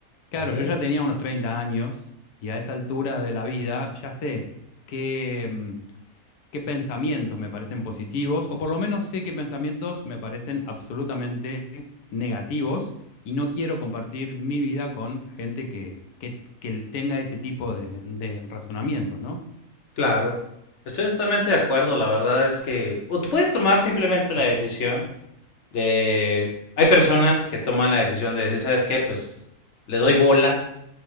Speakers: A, on the left; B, on the left.
A: Claro,
B: ¿Vale?
A: yo ya tenía unos 30 años y a esa altura de la vida ya sé qué, mm, qué pensamientos me parecen positivos o por lo menos sé qué pensamientos me parecen absolutamente negativos y no quiero compartir mi vida con gente que, que- que tenga ese tipo de, de razonamientos, ¿no?
B: Claro. Estoy totalmente de acuerdo, la verdad es que o tú puedes tomar simplemente la decisión de hay personas que toman la decisión de decir, ¿sabes qué? Pues le doy bola